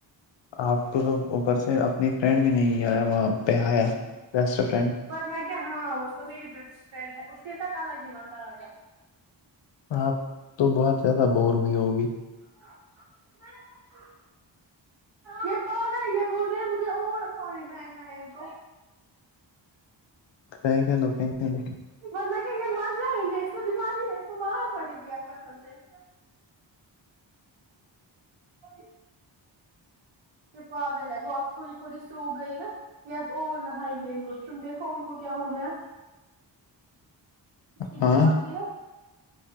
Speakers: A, on the left (about 75°); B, on the right (about 90°).
A: آپ کو تو اوپر سے اپنی فرینڈ بھی نہیں آیا وہاں پے آیا بیسٹ فرینڈ
B: ورنہ کیا ہاں وہ تو میری بیسٹ فرینڈ ہے اس کے ساتھ الگ ہی مزہ آتا ہے
A: آپ تو بہت زیادہ بور ہوئی ہوگی
B: <unintelligible> یہ پاگل ہے یہ بول رہی ہے مجھے اور پانی پھینکنا ہے ان کو چ
A: پھینکنے دو پھینکنے دو
B: ورنہ کیا یہ مر جائیں گے اس کو دماغ ہی نہیں اس کو مار پڑے گی اب قسم سے <unintelligible> یہ پاگل ہے وہ اب تھوڑی تھوڑی سو گئی نہ یہ اب اور نہائے گی ان کو تم دیکھو ان کو کیا ہو گیا اسکے
A: ہاں
B: دماغ کی نہ